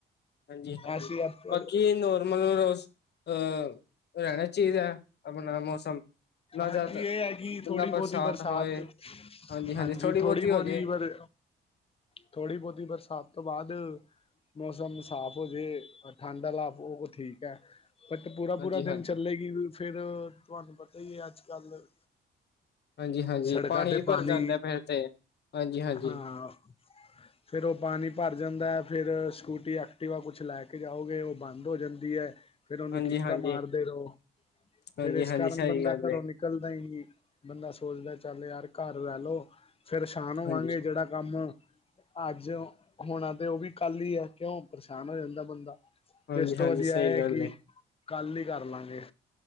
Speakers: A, on the left; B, on the left.
A: ਹਾਂਜੀ- ਹਾਂਜੀ,
B: ਐਸੀ ਆਪ
A: ਬਾਕੀ ਨੋਰਮਲ ਬਸ ਅਹ ਉਹ ਰਹਣਾ ਚੀਹੀਦਾ, ਆਪਣਾ ਮ ਮੌਸਮ। ਨਾ
B: ਹਾਂਜੀ,
A: ਜ਼ਿਆਦਾ
B: ਇਹ ਹੈਗੀ, ਥੋੜੀ
A: ਨਾ
B: ਬਹੁਤੀ ਬਰਸਾਤ।
A: ਹੋਏ ਹਾਂਜੀ-ਹਾਂਜੀ
B: ਹਾਂਜੀ,
A: ਥੋੜ੍ਹੀ
B: ਥੋੜੀ ਬਹੁਤੀ
A: ਹੋ ਜੇ
B: ਪਰ ਥੋੜੀ- ਬਹੁਤੀ ਬਰਸਾਤ ਤੋਂ, ਬਾਅਦ। ਮੌਸਮ ਸਾਫ਼, ਹੋ ਜਾਵੇ। ਠੰਡ ਵਾਲਾ ਉਹ ਠੀਕ ਹੈ। ਬਟ ਪੂਰਾ-
A: ਹਾਂਜੀ-ਹਾਂਜੀ,
B: ਪੂਰਾ ਦਿਨ ਚੱਲੇਗੀ। ਫੇਰ ਤੁਹਾਨੂੰ, ਪਤਾ ਹੀ ਹੈ। ਅੱਜ ਕੱਲ
A: ਹਾਂਜੀ-ਹਾਂਜੀ
B: ਸੜਕਾਂ ਤੇ, ਪਾਣੀ
A: ਭਰ ਜਾਂਦਾ ਫਿਰ ਤੇ ਹਾਂਜੀ-ਹਾਂਜੀ,
B: ਹਾਂ। ਫੇਰ ਉਹ, ਪਾਣੀ ਭਰ ਜਾਂਦਾ ਹੈ। ਫੇਰ ਸਕੂਟੀ, ਐਕਟਿਵਾ ਕੁਛ ਲੈ ਕੇ ਜਾਓਗੇ। ਉਹ ਬੰਦ ਹੋ ਜਾਂਦੀ ਹੈ। ਫੇਰ ਉਹਨੂੰ,
A: ਹਾਂਜੀ-ਹਾਂਜੀ,
B: ਕਿਕਾ ਮਾਰਦੇ ਰਹੋ।
A: ਹਾਂਜੀ-ਹਾਂਜੀ
B: ਫੇਰ ਇਸ ਕਾਰਨ
A: ਸਹੀ
B: ਬੰਦਾ
A: ਗੱਲ
B: ਘਰੋਂ।
A: ਏ
B: ਨਿਕਲਦਾ ਹੀ ਨਹੀਂ। ਬੰਦਾ ਸੋਚਦਾ, ਚੱਲ ਯਾਰ ਘਰ ਰਹਿ ਲੋ। ਫੇਰਸ਼ਾਨ ਹੋਵਾਂਗੇ।
A: ਹਾਂਜੀ।
B: ਜਿਹੜਾ ਕੰਮ। ਅੱਜ ਹੋਣਾ, ਤੇ ਉਹ ਵੀ ਕੱਲ ਹੀ ਆ। ਕਿਉਂ ਪਰੇਸ਼ਾਨ ਹੋ ਜਾਂਦਾ ਬੰਦਾ।
A: ਹਾਂਜੀ-ਹਾਂਜੀ
B: ਤੇ, ਇਸ ਤੋਂ ਵਧੀਆ।
A: ਸਹੀ
B: ਇਹ ਹੈ
A: ਗੱਲ
B: ਕਿ,
A: ਏ
B: ਕੱਲ ਹੀ ਕਰ ਲਾਂਗੇ।